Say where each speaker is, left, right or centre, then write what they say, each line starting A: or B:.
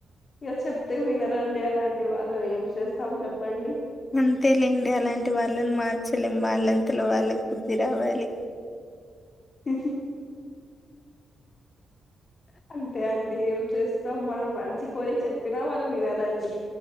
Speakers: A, on the left; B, on the left.
A: ఇగాచెప్తే వినరండి అలాంటి వాళ్ళు ఏం చేస్తాం చెప్పండి
B: అంతే లేండి అలాంటి వాళ్ళని మార్చలేం వాళ్ళంతలో వాళ్ళకు బుద్ధి రావాలి <inaudible>
A: హ్మ్ అంతే అండి ఏం చేస్తాం మనం మంచి కోరి చెప్పినా వాళ్ళు వినరండి